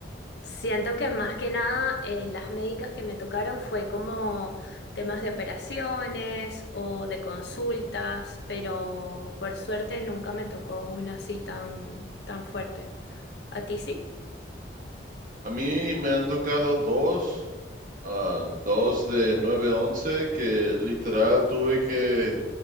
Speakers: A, on the left; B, on the right.
A: siento que más que nada eh, las médicas que me tocaron fue como temas de operaciones o de consultas, pero por suerte nunca me tocó una así tan, tan fuerte. ¿A ti sí?
B: A mí me han tocado dos, ah, dos de nueve once que literal tuve que,